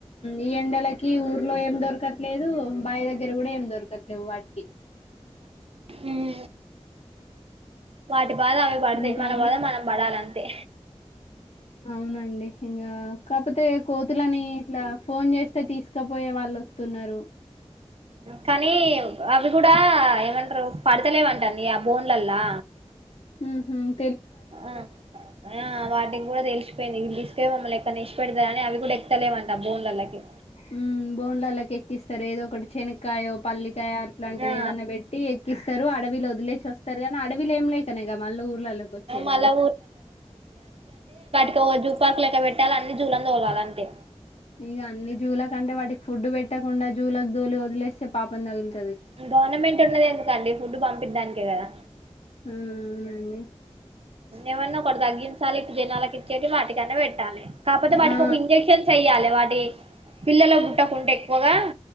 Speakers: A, on the left; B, on the right.
A: ఈ ఎండలకి ఊర్లో ఏం దొరకట్లేదు బావి దగ్గర కూడా ఏం దొరకట్లే లెవ్ వాటికి
B: ఉమ్ వాటి బాధ అవి పడతాయి
A: ఇంకా
B: మన
A: అండి
B: బాధ మనం పడాలి తే
A: అవునండి ఇంకా కాకపోతే కోతులని ఇట్లా ఫోన్ చేస్తే తే తీసుకపోయే వాళ్ళు వస్తున్నారు
B: కానీ అవి కూడా ఏమంటారు పడతలేవ్ అంటండి ఆ బోన్లల్లా
A: ఉహుమ్
B: ఆ ఆ వాటి కూడా తెలిస్ లిసిపోయింది వీళ్ళు తిసుకపోయి మమ్మల్ని ఎక్కనో ఇష్పెడుతారని అవి కూడా ఎక్కుతలేవంట బోన్లల్లకి
A: ఊమ్మ్ బోన్లల్లకి ఎక్కిస్తారు ఏదో ఒకటి చనిగ్ కాయో పల్లికాయో అట్లాంటిది
B: ఆ
A: ఏదన్నా పెట్టి ఎక్కిస్తారు అడవిలో వదిలేసి వస్తారు కానీ అడవిలో ఏం లేకనే కదా మళ్ళీ ఊర్లలోకి వచ్చేది
B: మళ్ళా
A: అవి
B: సో జూ పార్క్ లెక్క పెట్టాలి అన్ని జూలనీ తోలాలే అంతే
A: ఇంక అన్ని జూలకి అంటే వాటికి ఫుడ్ పెట్టకుండా జూలకి తోలి వదిలేస్తే పాపం తగులుతుంది.
B: గవర్నమెంట్ ఉన్నది ఎందుకండి ఫుడ్ పంపిద్ధానికే కదా
A: ఆ అవునండి
B: ఏవన్నా ఒకటి తగ్గింది తాళి జనాలకు ఇచ్చేటివి వాటికన్నా పెట్టాలి కాకపోతే వాటికి
A: ఆ
B: ఒక ఇంజెక్షన్స్ వేయ్యాలి వాటి పిల్లలు పుట్టకుంట ఎక్కువగా